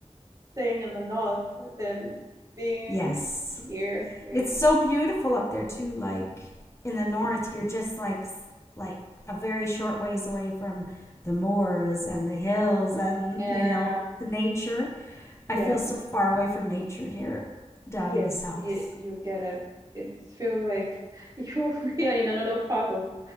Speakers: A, on the right; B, on the left.
A: staying in the north than being
B: Yes.
A: here. Really,
B: It's so beautiful up there too. Like in the north, you're just like s- like a very short ways away from the moors and the hills and
A: yeah,
B: you know the nature. I
A: yeah.
B: feel so far away from nature here down
A: Yes,
B: in the south.
A: you, you get it. It feels like <laughs> you're really in another part of